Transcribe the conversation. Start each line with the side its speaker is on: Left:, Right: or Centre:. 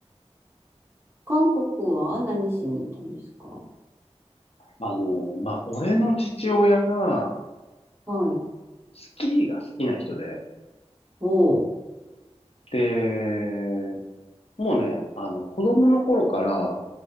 Right: 韓国は何しに行ったんですか
Left: あの、まあ、俺の父親が、
Right: はい。
Left: スキーが好きな人で、
Right: おう、
Left: で、もうね、あの、子供の頃から、